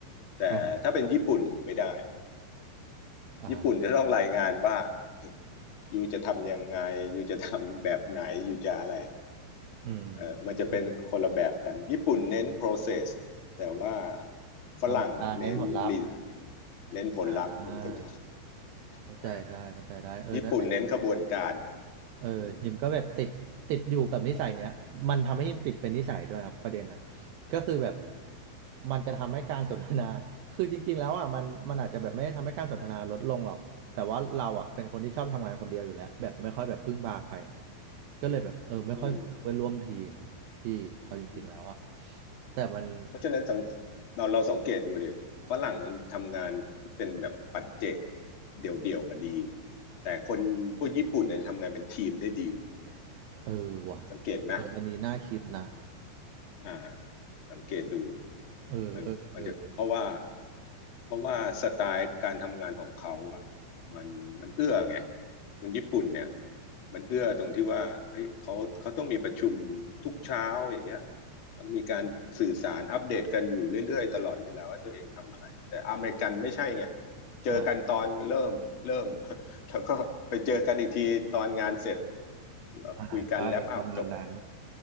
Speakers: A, on the left; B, on the right.
A: แต่ถ้าเป็นญี่ปุ่นไม่ได้
B: ่ะอ่า
A: ญี่ปุ่นจะต้องรายงานว่า <laughs> อยูจะทำยังไงอยูจะทำแบบไหนอยูจะอะไร
B: อืม
A: เออมันจะเป็นคนละแบบกันญี่ปุ่นเน้น process แต่ว่าฝรั่งเน้น
B: อเมริกาเน้นผลลัพธ์
A: re- เน้นผลลัพธ์เน้นผลลัพธ์
B: อ่าเข้าใจได้เข้าใจได้เออนั่นแหละ
A: อ่าญี่ปุ่นเน้นขบวนการ
B: เออฮิมก็แบบติดติดอยู่กับนิสัยเนี้ยมันทำให้ฮิมติดเป็นนิสัยด้วยครับประเด็นอ่ะ
A: อืม
B: ก็คือแบบมันจะทำให้การสนทนา <laughs> คือจริงๆแล้วอ่ะมันมันอาจจะแบบไม่ได้ทำให้การสนทนาลดลงหรอกแต่ว่าเราอ่ะเป็นคนที่ชอบทำงานคนเดียวอยู่แล้วแบบไม่ค่อยแบบพึ่งพาใครอ่ะก็เลยแบบเออไม่ค่อยคุยกับเพื่อนร่วมทีม
A: อืม
B: พี่เอาจริงๆแล้วอ่ะ
A: อืม
B: แต่มัน
A: เพราะฉะนั้นสังเราเราสังเกตดูดิฝรั่งมันทำงานที่เป็นแบบปัจเจกเดี่ยวๆอ่ะดีแต่คนพวกญี่ปุ่นเนี่ยทำงานเป็นทีมได้ดี
B: เออว่ะ
A: สังเกตไหม
B: เอออันนี้น่าคิดนะ
A: อ่าสังเกตดู
B: เออเออเออ
A: มันมันจะเพราะว่าเพราะว่าสไตล์การทำงานของเขาอ่ะมันมันเอื้อไงคนญี่ปุ่นเนี่ยมันเอื้อตรงที่ว่าเฮ้ยเขาเขาต้องมีประชุมทุกเช้าอย่างเงี้ยแล้วมีการสื่อสารอัปเดตกันอยู่เรื่อยๆตลอดเวลาว่าตัวเองทำอะไรแต่อเมริกันไม่ใช่ไงเจอกันตอนเริ่มเริ่ม
B: อ่า
A: <laughs> แล้วก็ไปเจอกันอีกทีตอนงานเสร็จเอ่อคุยกันแลปอัพจบ
B: อ่าใช่ประมาณนั้น